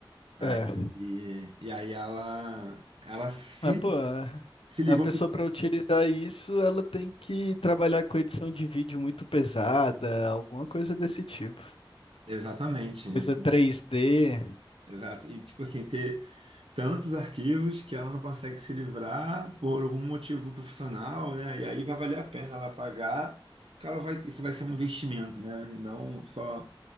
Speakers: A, on the right; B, on the left.
A: Aí,
B: É.
A: e, e aí ela, ela se,
B: Mas, pô, a
A: se ligou
B: a pessoa
A: que.
B: para utilizar isso, ela tem que trabalhar com edição de vídeo muito pesada, alguma coisa desse tipo.
A: Exatamente.
B: Coisa 3D,
A: Exato. E tipo assim, ter. tantos arquivos que ela não consegue se livrar por algum motivo profissional, né? E aí vai valer a pena ela pagar, porque ela vai, isso vai ser um investimento, né? E não só